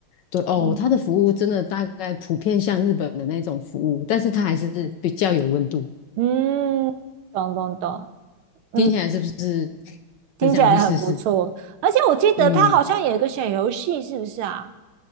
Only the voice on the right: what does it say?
嗯
嗯，懂懂懂，嗯，
听起来很不错。
而且我记得他好像有一个小游戏，
是不是啊？